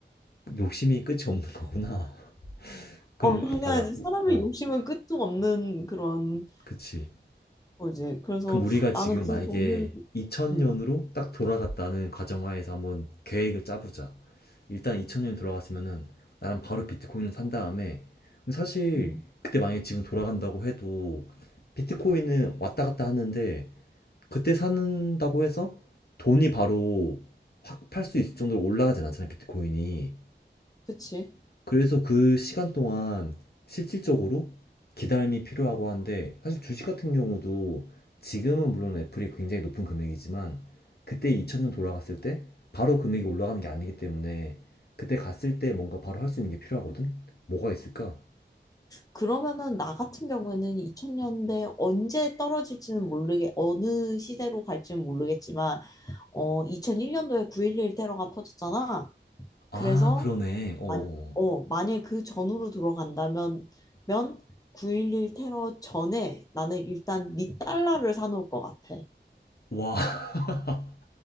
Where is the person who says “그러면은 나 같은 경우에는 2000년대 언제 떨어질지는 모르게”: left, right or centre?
Left